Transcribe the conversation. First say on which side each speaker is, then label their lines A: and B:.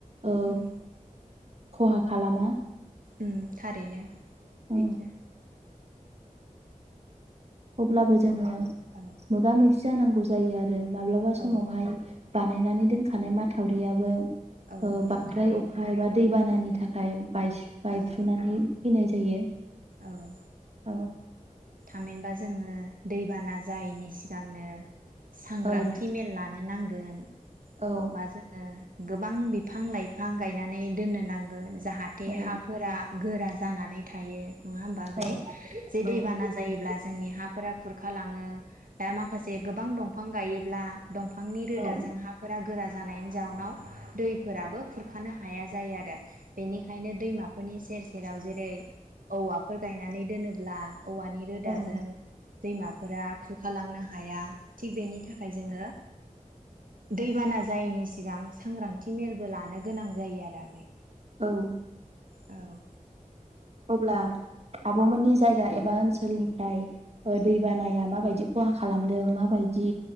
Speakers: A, on the right; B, on the right.
A: ओ
B: उम
A: खहा खालामा
B: उम थारैनो सैथो
A: ओं
B: ।
A: अब्लाबो जोङो
B: औ
A: मोगा मोगि जानांगौ जायो आरो आरो माब्लाबा समावहाय
B: औ
A: बानायनानै दोनखानाय माथावरियाबो
B: औ
A: ओ बांद्राय
B: थारैनो
A: अखा एबा दैबानानि थाखाय बायस बायफ्रुरुनानै
B: औ
A: फैनाय जायो
B: औ
A: औ
B: थामहिनबा जोङो दैबाना जायैनि सिगांनो सांग्रांथि
A: औ
B: मेल लानो नांगोन
A: औ
B: बा जोङो गोबां बिफां लाइफां गायनानै दोननो नांगोन जाहाथे
A: औ
B: हाफोरा गोरा जानानै थायो। नङा होमबा आगै?
A: औ
B: जे
A: औ
B: दैबाना जोंनि हाफोरा खुरखा लाङो, दा माखासे गोबां दं। दंफां गायोब्ला दंफांनि रोदाजों
A: औ
B: हाफोरा गोरा जा जानायनि जाउनाव दैफोराबो खुरखानो हाया जायो आरो बेनिखायनो दैमाफोरनि सेर सेराव जेरै औवाफोर गायनानै दोनोब्ला औवानि रोदाजों
A: औ
B: दैमाफोरा खुरखालांनो हाया। थिग बेनि थाखाय जोङो दैबाना जायैनि सिगां सांग्रांथि मेलबो लानो गोनां जायो आरो आगै।
A: औ
B: औ
A: अब्ला आब'मोननि जायगा एबा ओनसोलनिफ्राय ओ दैबानाया माबायदि खहा खालामदों माबायदि